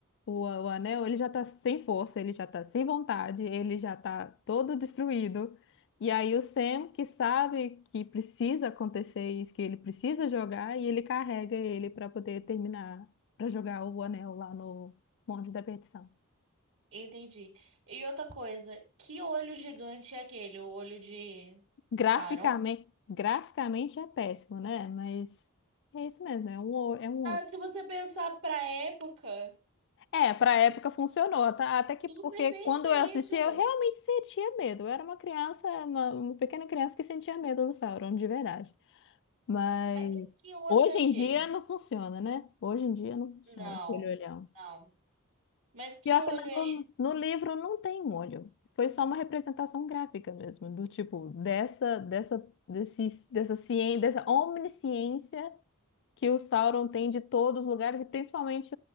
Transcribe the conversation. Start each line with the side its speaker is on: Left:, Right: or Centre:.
Left: o, o anel. Ele já tá sem força, ele já tá sem vontade, ele já tá todo destruído. E aí o Sam, que sabe que precisa acontecer isso, que ele precisa jogar, e ele carrega ele para poder terminar, para jogar o anel lá no Monte da Perdição.
Right: Entendi. E outra coisa, que olho gigante é aquele? O olho de
Left: Graficamente,
Right: Sauron?
Left: graficamente é péssimo, né? Mas é isso mesmo, é um, o- é um
Right: Ah, se você pensar pra época,
Left: É, pra época funcionou, tá? Até que
Right: super
Left: porque
Right: bem
Left: quando
Right: feito.
Left: eu assisti, eu realmente sentia medo. Eu era uma criança, uma, uma pequena criança que sentia medo do Sauron, de verdade. Mas
Right: Mas que olho
Left: hoje
Right: é aquele?
Left: em dia não funciona, né? Hoje em dia não funciona
Right: Não,
Left: aquele olhão.
Right: não. Mas que
Left: Pior
Right: olho
Left: que
Right: é?
Left: no, no livro não tem um olho. Foi só uma representação gráfica mesmo, do tipo dessa dessa desse, dessa ciência, dessa omnisciência que o Sauron tem de todos os lugares e principalmente